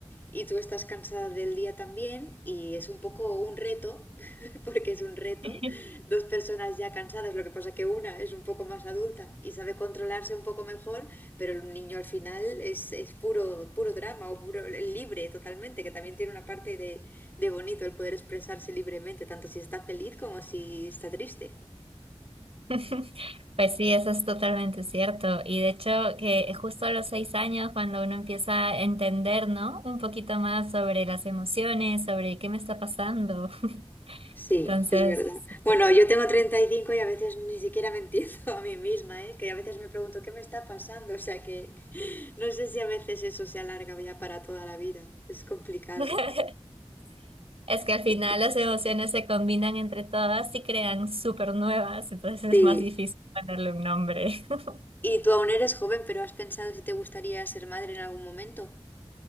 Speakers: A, on the left; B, on the right.
A: y tú estás cansada del día también y es un poco un reto, <laughs> porque es un reto.
B: <laughs>
A: Dos personas ya cansadas, lo que pasa que una es un poco más adulta y sabe controlarse un poco mejor, pero el niño al final es, es puro, puro drama o puro libre totalmente, que también tiene una parte de, de bonito el poder expresarse libremente, tanto si está feliz como si está triste.
B: <laughs> Pues sí, eso es totalmente cierto. Y de hecho, que justo a los seis años, cuando uno empieza a entender, ¿no? Un poquito más sobre las emociones, sobre qué me está pasando. <laughs>
A: Sí,
B: Entonces,
A: es verdad.
B: sí.
A: Bueno, yo tengo treinta y cinco y a veces ni siquiera me entiendo <laughs> a mí misma, ¿eh? Que a veces me pregunto qué me está pasando. O sea que <laughs> no sé si a veces eso se alarga ya para toda la vida. Es complicado.
B: <laughs> Es que
A: Es
B: al final
A: complicado.
B: las emociones se combinan entre todas y crean súper nuevas, entonces es
A: Sí.
B: más difícil ponerle un nombre. <laughs>
A: Y tú aún eres joven, pero ¿has pensado si te gustaría ser madre en algún momento?